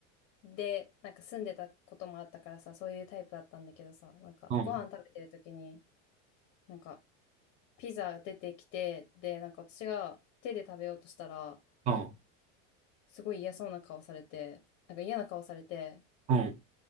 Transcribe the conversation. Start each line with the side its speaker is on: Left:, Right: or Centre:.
Left: でなんか住んでたこともあったからさ、そういうタイプだったんだけどさ、なんかご飯食べてる時に、
Right: うん、
Left: なんかピザ出てきて、で、なんか私が手で食べようとしたら、
Right: うん、
Left: すごい嫌そうな顔されて、なんか嫌な顔されて、
Right: うん。